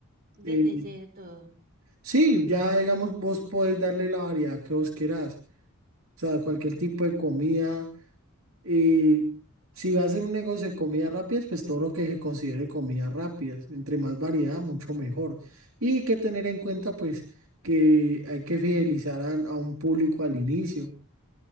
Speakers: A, on the right; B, on the right.
A: Desde
B: eh,
A: cero todo.
B: Sí, ya digamos, vos podés darle la variedad que vos querás. O sea, cualquier tipo de comida. Y si vas a hacer un negocio de comidas rápidas, pues todo lo que se considere comidas rápidas. Entre más variedad, mucho mejor. Y hay que tener en cuenta, pues, que hay que fidelizar a, a un público al inicio,